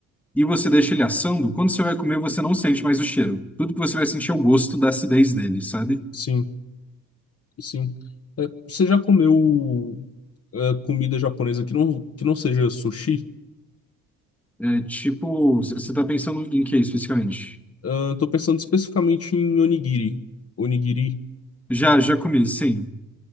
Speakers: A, in the centre; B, on the left.
A: e você deixa ele assando, quando você vai comer, você não sente mais o cheiro. Tudo que você vai sentir é o gosto da acidez dele, sabe?
B: sim, sim. É, você já comeu é, comida japonesa que não, que não seja sushi?
A: É tipo, você você tá pensando em que especificamente?
B: Ah, tô pensando especificamente em onigiri. Onigiri.
A: Já, já comi, sim.